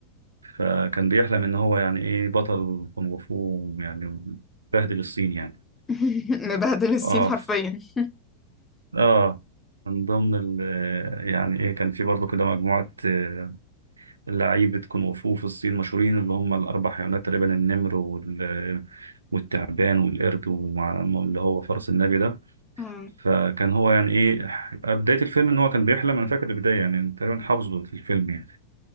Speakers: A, on the right; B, on the left.
A: فكان بيحلم إن هو يعني إيه بطل كونغ فو يعني بهدل الصين يعني
B: <laughs> مبهدل السين
A: آه
B: حرفيا
A: ف-
B: <laughs>
A: آه من ضمن ال آه، يعني إيه كان في برضه كده مجموعة آه، لعيبة كونغ فو في الصين مشهورين اللي هم الأربع حيوانات تقريبا النمر وال والتعبان والقرد ومع- اللي هو فرس النبي ده
B: آه.
A: فكان هو يعني ايه آه، بداية الفيلم ان هو كان بيحلم انا فاكر البداية يعني تقريبا حافظه في الفيلم يعني